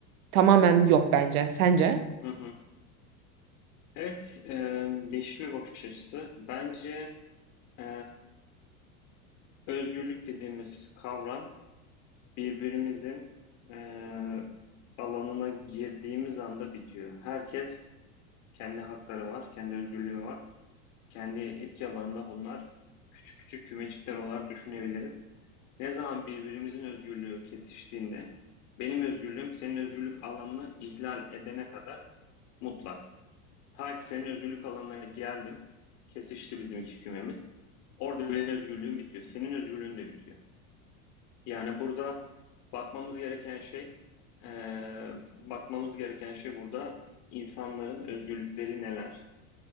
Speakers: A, on the right (about 75°); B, on the left (about 45°).
A: tamamen yok bence. Sence?
B: Hı hı. Evet, e, değişik bir bakış açısı. Bence e, özgürlük dediğimiz kavram Birbirimizin eee, alanına girdiğimiz anda bitiyor. Herkes kendi hakları var, kendi özgürlüğü var. Kendi etki alanında bunlar küçük küçük kümecikler olarak düşünebiliriz. Ne zaman birbirimizin özgürlüğü kesiştiğinde benim özgürlüğüm senin özgürlük alanını ihlal edene kadar mutlak. Ta ki senin özgürlük alanına geldim, kesişti bizim iki kümemiz. Orada benim özgürlüğüm bitiyor, senin özgürlüğün de bitiyor. Yani burada bakmamız gereken şey, eee, bakmamız gereken şey burada insanların özgürlükleri neler?